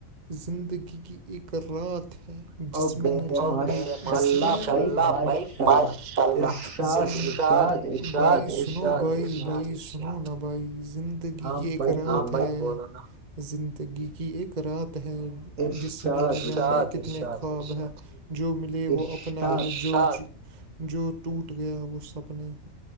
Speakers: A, on the right; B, on the right.
A: زندگی کی ایک رات ہے <unintelligible>
B: اور بے ماشاء اللہ بھائی ماشاء اللہ ارشاد ارشاد ارشاد ارشاد ارشاد
A: <unintelligible> زندگی
B: ہاں
A: کی ایک
B: بھائی
A: رات
B: بولو
A: ہے
B: نا
A: زندگی کی ایک رات ہے
B: ارشاد
A: <unintelligible>
B: ارشاد ارشاد
A: جو ملے وہ
B: ارشاد
A: اپنا ہے جو جو ٹوٹ گیا وہ سپنے ہیں